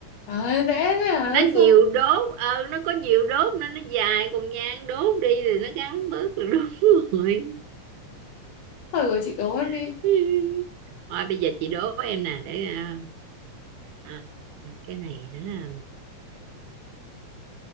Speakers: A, on the left; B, on the right.
A: Đấy, dễ thế à
B: nó nhiều
A: sao
B: đốt ờ nó có nhiều đốt nên nó dài còn nhang đốt đi thì nó ngắn bớt là đúng rồi
A: hỏi của chị đố em đi
B: <laughs> thôi bây giờ chị đố em nè để à, à, cái này hả